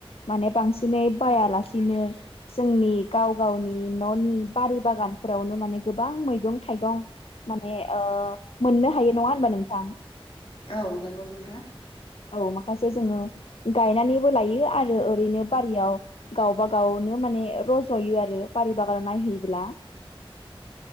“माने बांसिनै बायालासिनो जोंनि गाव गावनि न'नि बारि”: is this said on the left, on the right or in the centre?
Left